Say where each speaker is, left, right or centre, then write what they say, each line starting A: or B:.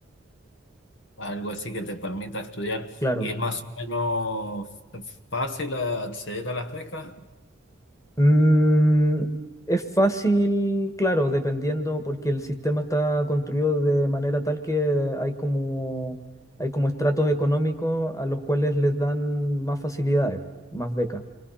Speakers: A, on the left; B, on the left.
A: algo así que te permita estudiar.
B: Claro.
A: Y es más o menos fácil acceder a las becas.
B: Mm, es fácil, claro, dependiendo, porque el sistema está construido de manera tal que hay como, hay como estratos económicos a los cuales les dan más facilidades, más becas.